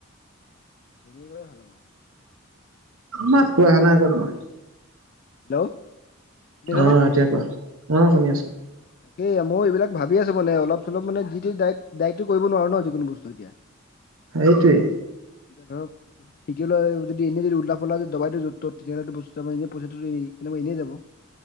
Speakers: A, on the left; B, on the right.
A: এনেকৈয়েই ভাল হব
B: মাতটো অহা নাই আকৌ তোমাৰ,
A: হেল্ল' শুনিছানে
B: অ এতিয়া কোৱা অ শুনি আছো
A: তাকেই মই এইিলাক ভাবিএ আছো মানে অলপ চলপ মানে যি দি দায়েকতো কৰিব নোৱাৰো ন যিকোনো বস্তু এতিয়া
B: হেইটোৱেই
A: হেল্লৌপ সিটো ল'ৰাই যদি এনেই যদি উলতা পোলতা যদি দাবাই দিয়ে যত তত তেয়াহ'লে বস্তুটো পইচাটো এ এনেই যাব